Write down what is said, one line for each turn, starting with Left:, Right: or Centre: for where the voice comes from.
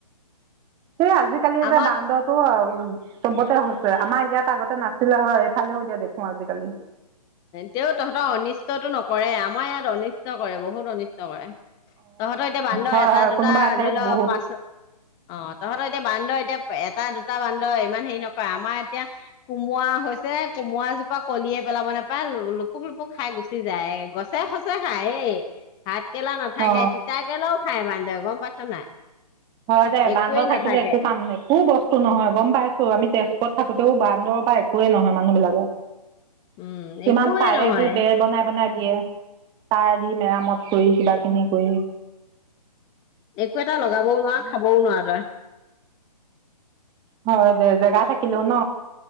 Right: এই আজিকালি
Left: আমাৰ
Right: যে বান্দৰটো চবতে হৈছে আমাৰ ইয়াত আগতে নাছিলে হয় এইফালেও দিয়া দেখো আজিকালি।
Left: তেওঁ তহঁতৰ অনিষ্টটতো নকৰে আমাৰ ইয়াত অনিষ্ট কৰে, বহুত অনিষ্ট কৰে। তহঁতৰ এতিয়া বান্দৰ
Right: হয়
Left: এটা দুটা
Right: কোনোবা এঠাইত
Left: ধৰি লও
Right: বহুত
Left: পাচ অ', তহঁতৰ এতিয়া বান্দৰ এতিয়া, এটা দুটা বান্দৰ ইমান হেৰি নকৰে। আমাৰ এতিয়া কোমোৱা হৈছে। কোমলোৱা জো প কলিয়ে পেলাবানে লুপুক-লুপুক খাই গুচি যায়, গছে-সচ খাই। এই ভাত একেলা নাথাকে
Right: অ
Left: তিতাকৰেলাও খায় বান্দেক গম পাইছ নাই।
Right: হয় দে
Left: একোৱেই
Right: বান্দ থাকিলে
Left: নাথাকে
Right: একো কাম নাই। বস্তু নহয় গম পাইছো আমি তেজপুৰত থাকোঁতে বান্দ পৰাই একোৱেই নহয় মানুহ বিলাকে
Left: উম
Right: কিমান
Left: একোৱেই
Right: পাৰে
Left: নহয়
Right: দি বেৰ বনাই বনাই সিয়য়া তাৰ দি মেৰামত কৰি কিবা ইক
Left: একো এটা লগাবও নোৱাৰা। খাবও নোৱাৰা তয়
Right: হয় দে জেগা থাকিলো ন।